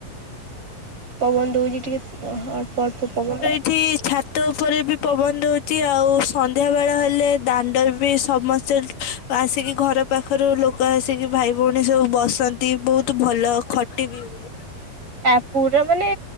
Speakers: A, on the right (about 40°); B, on the left (about 70°).
A: ପବନ ଦେଉଛି ଟିକେ ଅଳ୍ପ ଅଳ୍ପ ପବନ
B: ଏଠି ଛାତ ଉପରେ ବି ପବନ ଦେଉଛି ଆଉ ସନ୍ଧ୍ୟାବେଳ ହେଲେ ଦାଣ୍ଡର ବି ସମସ୍ତେ ଆସିକି ଘର ପାଖରୁ ଲୋକ ଆସିକି ଭାଇ ଭଉଣୀ ସବୁ ବସନ୍ତି ବହୁତ ଭଲ ଖ ଟି ବି ହୁଏ।
A: ଆ ପୁରା ମାନେ